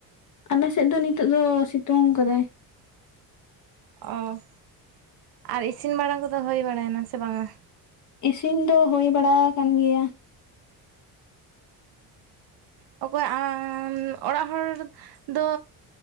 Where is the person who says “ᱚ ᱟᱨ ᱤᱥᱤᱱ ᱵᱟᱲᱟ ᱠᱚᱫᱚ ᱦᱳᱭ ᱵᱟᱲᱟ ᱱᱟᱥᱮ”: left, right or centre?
Right